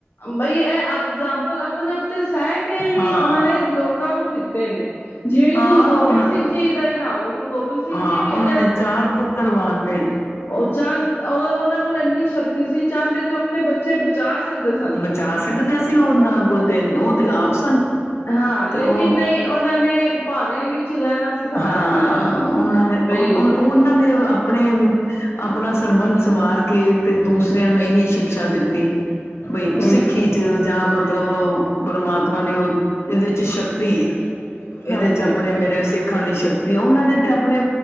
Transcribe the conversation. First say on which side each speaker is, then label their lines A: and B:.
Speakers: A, on the left (about 70°); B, on the left (about 80°).
A: ਬਈ ਇਹ ਐਗਜਾਮਪਲ ਆਪਣੇ ਉੱਤੇ ਸਹਿਕ ਕੇ ਵੀ
B: ਹਾਂ
A: ਉਹਨਾਂ ਨੇ ਲੋਕਾਂ ਨੂੰ ਦਿੱਤੇ ਨੇ ਜਿਵੇਂ
B: ਹਾਂ
A: ਗੁਰੂ ਗੋਬਿੰਦ
B: ਹੁਣ
A: ਸਿੰਘ ਜੀ ਦਾ ਹੀ ਲਾ ਲਓ ਗੁਰੂ ਗੋਬਿੰਦ ਸਿੰਘ
B: ਹਾਂ
A: ਜੀ ਵੀ
B: ਉਹਨਾਂ
A: ਅਗਰ
B: ਨੇ ਚਾਰ ਪੁੱਤਰ ਵਾਰ ਤੇ।
A: ਉਹ ਚੰਦ ਅਗਰ ਉਹਨਾਂ ਕੋਲ ਇੰਨੀ ਸ਼ਕਤੀ ਸੀ ਚਾਹਦੇ ਤੇ ਆਪਣੇ ਬੱਚੇ ਬਚਾ ਸਕਦੇ ਸਨ।
B: ਚਾ ਸਕਦੇ ਸੀ ਉਹਨਾਂ ਕੋਲ ਤੇ ਉਹ ਤੇ ਆਪ ਸਨ।
A: ਹਾਂ ਲੇਕਿਨ
B: ਤੇ ਉਹ
A: ਨਹੀਂ ਉਹਨਾਂ ਨੇ ਭਾਣੇ ਵਿੱਚ ਰਹਿਣਾ ਸਿਖਾਇਆ
B: ਹਾਂ
A: ਸਾਰਿਆਂ ਨੂੰ।
B: ਉਹਨਾਂ ਨੇ
A: ਬਈ
B: ਉਹਨਾਂ ਨੇ ਆਪਣੇ ਆਪਣਾ ਸਰਬੰਸ ਵਾਰ ਕੇ ਤੇ ਦੂਸਰਿਆਂ ਨੂੰ ਇਹੀ ਸ਼ਿਕਸ਼ਾ ਦਿੱਤੀ। ਬਈ
A: ਹੂੰ
B: ਸਿੱਖੀ 'ਚ ਜਾਂ ਮਤਲਬ ਪਰਮਾਤਮਾ ਨੇ ਓ। ਇਹਦੇ 'ਚ ਸ਼ਕਤੀ ਇਹਦੇ
A: ਹਾਂਜੀ,
B: 'ਚ ਆਪਣੇ ਮੇਰੇ ਸਿੱਖ ਸ਼ਕਤੀ ਉਹਨਾਂ ਨੇ ਤੇ ਆਪਣੇ